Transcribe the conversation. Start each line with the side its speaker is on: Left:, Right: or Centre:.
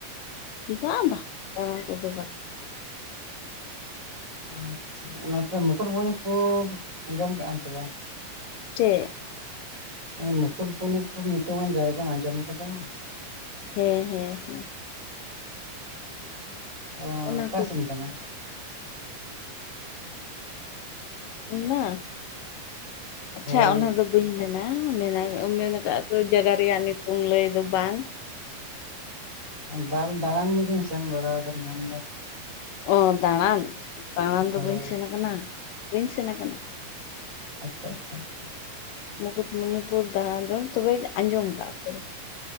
Left: ᱵᱟᱝ ᱵᱟ ᱫᱟᱲᱟᱱ ᱠᱚᱫᱚ ᱵᱟ᱾
Right: ᱟᱪᱷᱟ ᱱᱚᱛᱮ ᱢᱩᱠᱩᱴᱢᱩᱱᱤᱯᱩᱨ ᱟᱸᱡᱚᱢ ᱠᱟᱜᱼᱟᱢ ᱥᱮ ᱵᱟᱝ?
Left: ᱪᱮᱜ?
Right: ᱢᱩᱠᱩᱴᱢᱩᱱᱤᱯᱩᱨ ᱧᱩᱛᱩᱢᱟᱱ ᱡᱟᱭᱜᱟᱢ ᱟᱸᱡᱚᱢ ᱠᱟᱫᱟ?
Left: ᱦᱮᱸ ᱦᱮᱸ ᱦᱮᱸ᱾
Right: ᱚᱸ
Left: ᱚᱱᱟ
Right: ᱚᱠᱟᱥᱮᱱ
Left: ᱠᱚ
Right: ᱠᱟᱱᱟ?
Left: ᱚᱱᱟ ᱟᱪᱷᱟ
Right: ᱦᱳᱭ
Left: ᱚᱱᱟ ᱫᱚᱼᱼ ᱵᱟᱹᱧ ᱢᱮᱱᱟ ᱢᱮᱱᱟᱭ ᱢᱮᱱ ᱟᱠᱟᱜ ᱠᱚ ᱡᱟᱭᱜᱟ ᱨᱮᱭᱟᱜ ᱧᱩᱛᱩᱢ ᱞᱟᱹᱭ ᱫᱚ ᱵᱟᱝ᱾
Right: ᱵᱟᱝ ᱫᱟᱲᱟᱱ ᱡᱩᱫᱤᱢ ᱥᱮᱱ ᱵᱟᱲᱟ ᱟᱠᱟᱱ ᱠᱷᱟᱱ ᱫᱚ᱾
Left: ᱚᱸ ᱫᱟᱲᱟᱱ ᱫᱟᱲᱟᱱ
Right: ᱦᱳᱭ
Left: ᱫᱚ ᱵᱟᱹᱧ ᱥᱮᱱ ᱟᱠᱟᱱᱟ ᱵᱟᱹᱧ ᱥᱮᱱ ᱟᱠᱟᱱᱟ᱾
Right: ᱟᱪᱪᱷᱟ ᱟᱪᱪᱷᱟ ᱟᱪᱪᱷᱟ᱾
Left: ᱢᱩᱠᱩᱴᱢᱩᱱᱤᱯᱩᱨ ᱫᱟᱲᱟᱱ ᱫᱚ ᱛᱚᱵᱮᱧ ᱟᱸᱡᱚᱢ ᱠᱟᱜᱼᱟ᱾